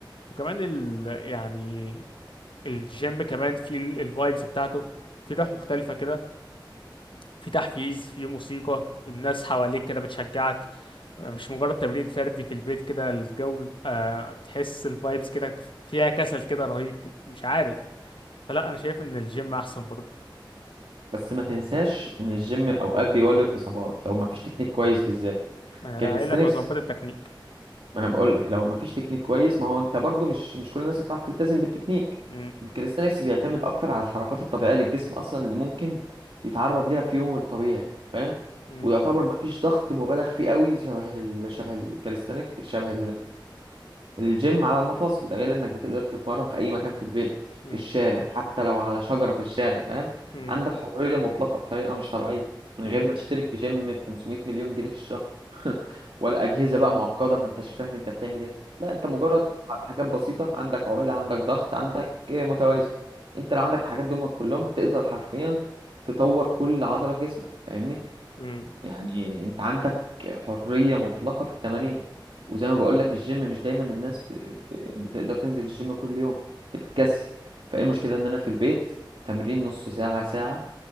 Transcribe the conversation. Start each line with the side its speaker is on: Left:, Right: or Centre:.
Left: وكمان ال يعني الجيم كمان في الفايبس بتاعته في روح مختلفة كده في تحفيز في موسيقى الناس حواليك كده بتشجعك مش مجرد تمرين فردي في البيت كده الجو بيبقى تحس الفايبس كده فيها كسل كده رهيب مش عارف فلا انا شايف ان الجيم احسن برضه
Right: بس ما تنساش ان الجيم اوقات بيولد اصابات لو ما فيش تكنيك كويس بالذات
Left: ما انا
Right: كاليستانكس
Left: قايل لك لو ظبطت التكنيك
Right: ما انا بقول لك لو ما فيش تكنيك كويس ما هو انت برضو مش مش كل الناس هتعرف تلتزم بالتكنيك
Left: م-
Right: الكاليستانكس بيعتمد اكتر على الحركات الطبيعيه للجسم اصلا اللي ممكن يتعرض ليها في يومه الطبيعي فاهم
Left: م-
Right: ويعتبر ما فيش ضغط مبالغ فيه قوي شبه ال... شبه الكاليستانيك شبه الجيم على المفاصل ده غير انك بتقدر تتمرن في اي مكان في البيت
Left: م-
Right: في الشارع حتى لو على شجرة في الشارع فاهم
Left: م-
Right: عندك حرية مطلقة بطريقة مش طبيعية من
Left: م.
Right: غير ما تشترك في جيم ب 500 مليون جنيه في الشهر <laughs> ولا أجهزة بقى معقدة ما انتش فاهم انت بتعمل ايه لا انت مجرد ح- حاجات بسيطة عندك عقلة عندك ضغط عندك آه، متوازي انت لو عندك الحاجات دول كلهم تقدر حرفيا تطور كل عضلة في جسمك فاهمني
Left: أي.
Right: يعني انت عندك حرية مطلقة في التمارين وزي ما بقول لك الجيم مش دايما الناس ب... ب... بتقدر تنزل الجيم كل يوم بتتكسل فايه المشكلة ان انا في البيت تمرين نص ساعة ساعة